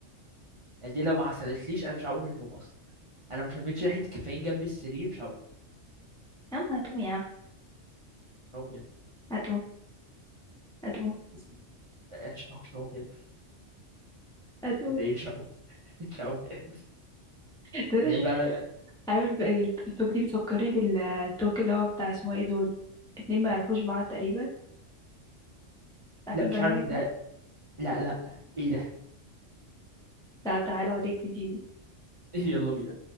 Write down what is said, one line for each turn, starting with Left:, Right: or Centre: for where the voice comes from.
Right: يعني دي لو ما حصلتليش انا مش هقوم من النوم اصلا انا مش لميتش ريحه الكافيين جنب السرير مش هقوم
Centre: يا عم هتقوم يا عم
Right: مش هقوم بجد
Centre: هتقوم هتقوم
Right: بس- لا، مش هقوم مش هقوم بجد
Centre: هتقوم
Right: ده إيه؟ مش هقوم <laughs> مش هقوم بجد
Centre: <laughs> طب انت
Right: يعني
Centre: ش-
Right: فعلا
Centre: عامل بقى التوك دي بتفكرني بالتوك اللي هو بتاع اسمه ايه دول اتنين ما يعرفوش بعض تقريبا عارف
Right: لا
Centre: البرنامج
Right: مش عارف ده
Centre: ده
Right: لا لا ايه ده
Centre: تعال تعالى اوريك فيديو
Right: <laughs> يلا بينا